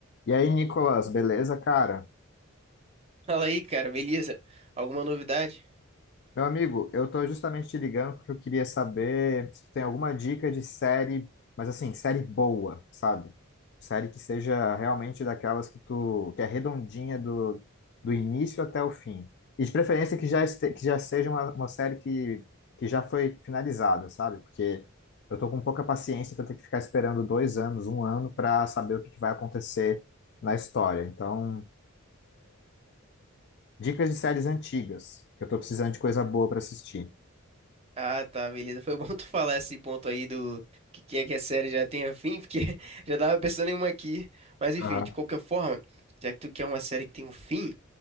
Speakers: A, on the left; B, on the right.
A: E aí, Nicolas, beleza, cara?
B: Fala aí, cara, beleza? Alguma novidade?
A: Meu amigo, eu tô justamente te ligando porque eu queria saber se tu tem alguma dica de série, mas assim, série boa, sabe? Série que seja realmente daquelas que tu, que é redondinha do, do início até o fim. E de preferência que já, este, que já seja uma, uma série que, que já foi finalizada, sabe? Porque eu tô com pouca paciência pra ter que ficar esperando dois anos, um ano, pra saber o que que vai acontecer na história. Então. Dicas de séries antigas, que eu tô precisando de coisa boa pra assistir.
B: Ah, tá, beleza. Foi <laughs> bom tu falar esse ponto aí do que, que é que a série já tenha fim, porque <laughs> já tava pensando em uma aqui. Mas enfim,
A: Aham.
B: de qualquer forma, já que tu quer uma série que tem um fim,